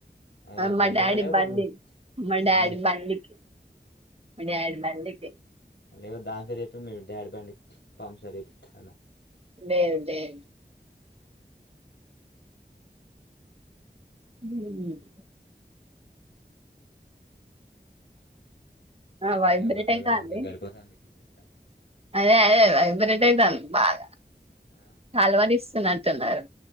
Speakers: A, on the left (about 90°); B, on the right (about 35°).
A: అదే
B: అవును మా
A: బండికా
B: డాడీ
A: లేకపోతే
B: బండి మా డాడీ
A: మమ్మీ
B: బండికి మా డాడీ బండికి
A: లేకపోతే దాని పేర్ చెప్పి మీ డాడీ బండి పంక్చర్ చేపిత్తాన్నా
B: లేదు లేదు మ్ ఆ వైబ్రేట్
A: మాయ్య ఎవడ్రా
B: అయితాంది
A: ఊకె గడికోసారి మెస్సేజ్ చేస్త తమిళ్
B: అదే అదే వైబ్రేట్ అయితాంది బాగా
A: వీడు
B: కల్వరిస్ ఉన్నట్టున్నారు.